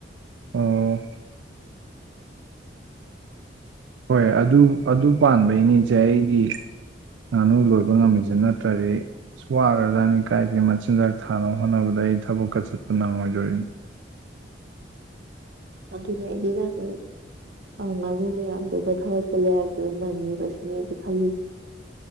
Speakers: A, on the right; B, on the right.
A: ꯑꯣ ꯍꯣꯏ ꯑꯗꯨ ꯑꯗꯨ ꯄꯥꯟꯕꯩꯅꯤ ꯏꯆꯦ ꯑꯩꯒꯤ ꯉꯥꯅꯨ ꯂꯣꯏꯕ ꯉꯝꯃꯤꯖꯦ ꯅꯠꯇ꯭ꯔꯗꯤ ꯑꯁ ꯋꯥꯒꯔꯖꯥꯠꯅꯤ ꯀꯥꯏꯗꯩ ꯃꯆꯤꯟꯖꯥꯛ ꯊꯥꯅꯕ ꯍꯣꯠꯅꯕꯗ ꯑꯩ ꯊꯕꯛꯀ ꯆꯠꯄ ꯅꯪꯉꯣꯏꯗꯣꯏꯅꯤ
B: ꯑꯗꯨꯅꯦ ꯑꯩꯗꯤ ꯅꯪ ꯑꯥ ꯉꯥꯅꯨ ꯃꯌꯥꯝꯗꯨꯒ ꯊꯥꯕꯛ ꯆꯠꯂꯦ ꯍꯥꯏꯕꯗꯨꯗ ꯅꯪꯉꯤꯕ ꯁꯤꯅꯦ ꯑꯩꯖꯨ ꯈꯜꯂꯤꯖ